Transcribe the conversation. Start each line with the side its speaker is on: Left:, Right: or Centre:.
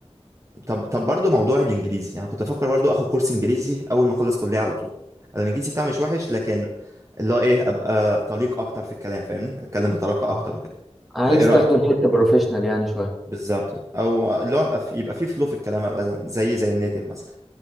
Right: طب طب برضو موضوع الانجليزي يعني كنت افكر برضو اخد كورس انجليزي اول ما اخلص كلية على طول أنا الانجليزي بتاعي مش وحش لكن اللي هو ايه ابقى طليق اكتر في الكلام فاهمني اتكلم بطلاقة
Centre: آه.
Right: اكتر وكده
Centre: عايز
Right: فايه رأيك
Centre: تاخده لحته بروفيشنال يعني شويه
Right: بالظبط او اللي هو ابقى في يبقى في فلو في الكلام ابقى زي زي النيتيف مثلا